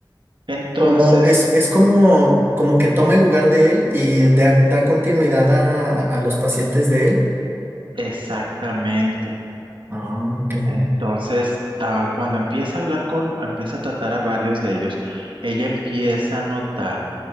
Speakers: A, on the right; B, on the right.
A: Entonces,
B: Como es, es como, como que toma el lugar de él y da, da continuidad a, a los pacientes de él.
A: exactamente.
B: Ah, ok.
A: Entonces, ah, cuando empieza a hablar con, empieza a tratar a varios de ellos, ella empieza a notar